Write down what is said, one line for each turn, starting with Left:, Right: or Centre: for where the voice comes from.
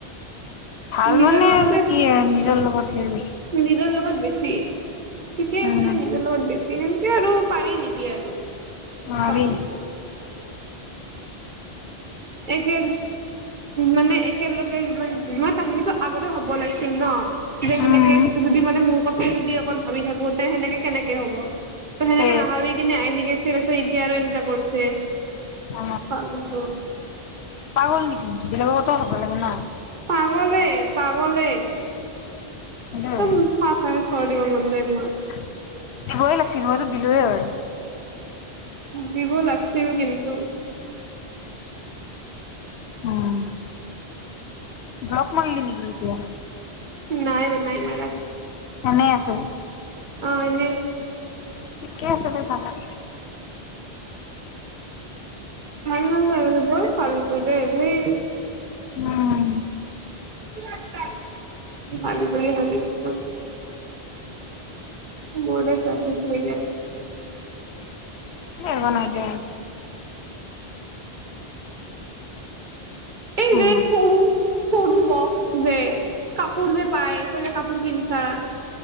Left: ভাল
Right: নিজৰ
Left: মানে
Right: লগতে,
Left: আৰু কি আৰু নিজৰ লগত হেৰি গৈছে
Right: নিজৰ লগত বেছি। ঠিকেই
Left: উম
Right: আছে, কিন্তু নিজৰ লগত বেছি সেনকে আৰু পাৰি নেকি আৰু।
Left: নোৱাৰি
Right: <unintelligible> একে মানে একেলগে যিমান <unintelligible> সেইটো আগতে ভাবব লাগিছ চিল ন, যে সেনেকে
Left: উম
Right: যদি মানে মোৰ কথাই যদি অকল ভাবি থাকু তে সেনেকে কেনেকে হ'ব, ত' সেনেকে
Left: দে
Right: নাভাবি কিনে আহি গৈ চিলে চ', এতিয়া আৰু এনেকা কৰিছে।
Left: অ
Right: পাগলটো।
Left: পাগল নিকি বেলেগৰ <unintelligible> ন।
Right: পাগলেই-পাগলেই,
Left: না
Right: একদম <unintelligible> চৰ দিব মন যায় মোৰ
Left: <inaudible> দিবই লাগিছিল, মইতো দিলোৱে হয়।
Right: দিব লাগছিল কিন্তু।
Left: উম। ব্লক মাৰলি নেকি এতিয়া।
Right: নাই ম নাই মাৰা।
Left: এনেই আছে।
Right: অঁ এনে।
Left: ঠিকে আছে দে ভাল <unintelligible>
Right: ভাল নালগে আৰু সেইবোৰ। ফালতু দে ধেই।
Left: উম।
Right: ক'ত যাম। আমি ভাল বুলি ভাবিছিলোঁ। বৌৱেৰক কাটি থৈয় গেল
Left: এই ৰহ না দে
Right: এই
Left: উম
Right: যে সৰু সৰু বকছ যে। কাপোৰ যে পায়, তই যে কাপোৰ কিনিছ্ তা